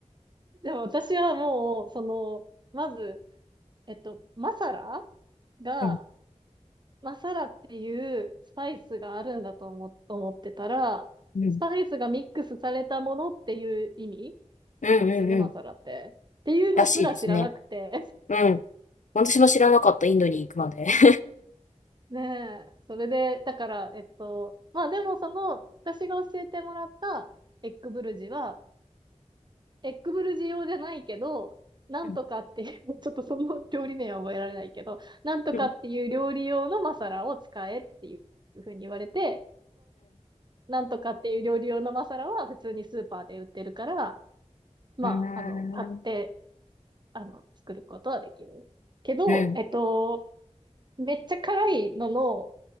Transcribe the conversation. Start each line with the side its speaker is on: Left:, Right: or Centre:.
Right: う。でも私はもう、その、まず、えっと、マサラが、
Left: うん、
Right: マサラっていうスパイスがあるんだと思、思ってたら、
Left: うん、
Right: スパイスがミックスされたものっていう意味
Left: うん、
Right: なんですよね、
Left: うん、うん
Right: マサラって。っていうのすら知らなくて。
Left: らしいですね。うん。私も知らなかった、インドに行くまで。<laughs>
Right: ねえ、それで、だから、えっと、まあでもその、私が教えてもらったエッグブルジは、エッグブルジ用じゃないけど、なんとかっていう、
Left: うん。
Right: <laughs> ちょっとその料理名は覚えられないけど、なんとかっていう料理用のマサラを使えっていうふうに言われて、
Left: うん。
Right: なんとかっていう料理用のマサラは普通にスーパーで売ってるから、まあ、
Left: うん。
Right: あの、買って、あの、作ることはできる。けど、
Left: うん。
Right: えっと、めっちゃ辛いのの、